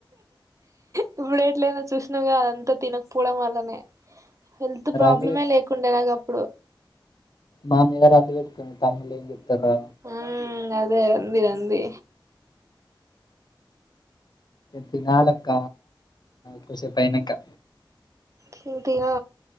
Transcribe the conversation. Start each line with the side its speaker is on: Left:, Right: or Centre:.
Right: ఇప్పుడు ఎట్లయినా చూసినవుగా అదంతా తినకపోవడం వల్లనే హెల్త్ ప్రాబ్లమే
Left: రంది
Right: లేకుండే నాకు అప్పుడు
Left: మామిద రంధి వేట్టుకు తమ్ముళ్ ఏం చెప్తన్రా
Right: మ్మ్ అదే ఉంది ఉంది
Left: తినాలక్క కొసెపైనకా
Right: తింటివా